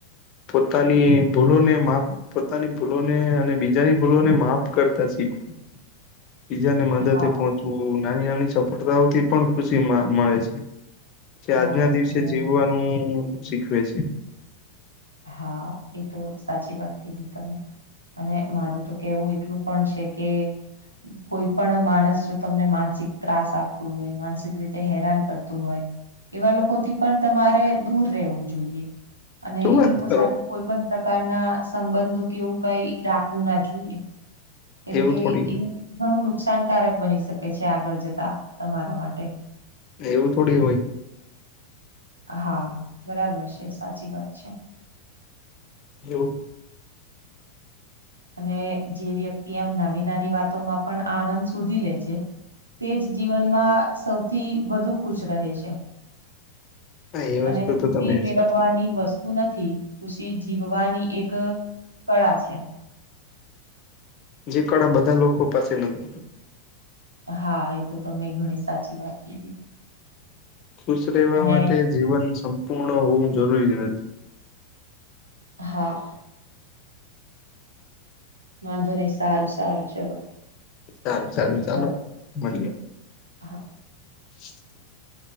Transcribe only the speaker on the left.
પોતાની ભૂલોને માપ પોતાની ભૂલોને અને બીજાની ભૂલોને માફ કરતા શીખવું
બીજા ને મદદે
પહોંચવું નાની નાની સફળતાઓથી પણ ખુશી મળે છે. જે
આજના દિવસે
જીવવાનું શીખવે છે.
શું
વાત
કરો
એવું થોડી
એવું થોડી હોય
જો
હા એ
વસ્તુ
તો તમે
સાચી કીધી.
જે કળા બધા લોકો પાસે નથી.
ખુશ રહેવા
માટે જીવન સંપૂર્ણ હોવું જરૂરી નથી.
સારું સારું
ચાલો
મળીએ.
<inaudible>